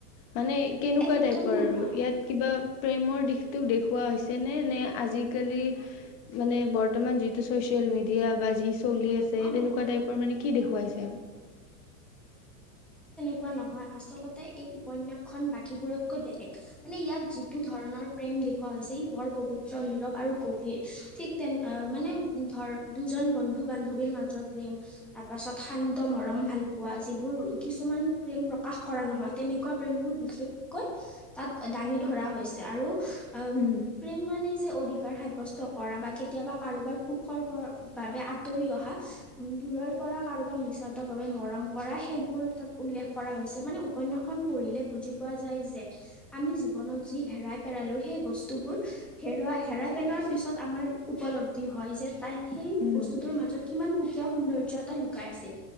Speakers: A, on the left (about 25°); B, in the centre.
A: মানে কেনেকুৱা
B: একদম
A: টাইপৰ
B: নহয়
A: আৰু। ইয়াত কিবা প্ৰেমৰ দিশ দেখুওৱা হৈছে নে নে আজিকালি মানে বৰ্তমান যিটো চচিয়েল-মিডিয়া বা যি চলি আছে
B: অ
A: তেনেক কুৱা টাইপৰ মানে কি দেখুওৱা হৈছে?
B: কোৱা নহয়, আচলতে এই উপন্যাসখন বাকীবোৰতকৈ বেলেগ, মানে ইয়াত যিটো ধৰণৰ প্ৰেম দেখুওৱা হৈছে সি বৰ পৱিত্ৰ, নীৰৱ আৰু গভ ভিৰ ঠিক তেন মানে ধৰ, দুজন বন্ধু-বান্ধৱীৰ মাজৰ প্ৰেম, তাৰ পাছত শান্ত মৰম ভাল পোৱা। যিবোৰ কিছুমান, প্ৰেম প্ৰকাশ কৰা নহয় তেনেকুৱা প্ৰেমবোৰ বিশেষকৈ তাত দাঙি ধৰা হৈছে। আৰু, আম
A: উম।
B: প্ৰেম মানে যে অধিকাৰ সাব্যস্ত কৰা বা কেত কেতিয়াবা কাৰোবাৰ সুখৰ বাবে আঁতৰি অহা উ দূৰৰ পৰা কাৰোবাক নিস্বাৰ্থ ভাৱে মৰম কৰা সেইবোৰ তাত উল্লেখ কৰা হৈছে মানে উপন্যাসখন কৰিলে বুজি পোৱা যায় যে আমি জীৱনত যি হেৰাই পেলালো সেই বস্তুবোৰ হেৰুৱ হেৰাই পেলোৱাৰ পিছত আমাৰ উপলব্ধি হয় যে তাই সেই
A: উম
B: বস্তুটোৰ মাজত কিমান সুকীয়া সৌন্দৰ্য্য এটা লুকাই আছিল